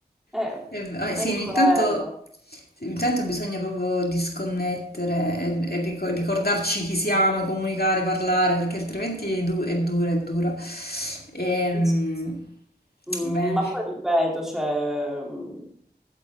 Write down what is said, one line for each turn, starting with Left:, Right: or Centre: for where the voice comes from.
Centre: Eh,
Left: Eh, ah,
Centre: è
Left: sì, ogni
Centre: quello.
Left: tanto, sì, ogni tanto bisogna proprio disconnettere e, e rico- ricordarci chi siamo, comunicare, parlare, perché altrimenti è, du- è dura, è dura. Ehm,
Centre: Sì. sì. Mm,
Left: bene.
Centre: Ma poi ripeto, cioè, mm,